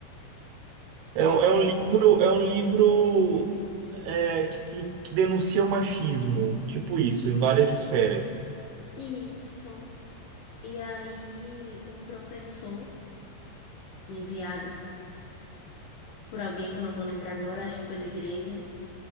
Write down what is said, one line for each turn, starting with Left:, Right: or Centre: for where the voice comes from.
Right: É, um- é um livro, é um livro é, que, que- que denuncia o machismo, tipo isso, em várias esferas.
Left: E isso. E aí um professor enviado por alguém que eu não vou lembrar agora, acho que pela igreja,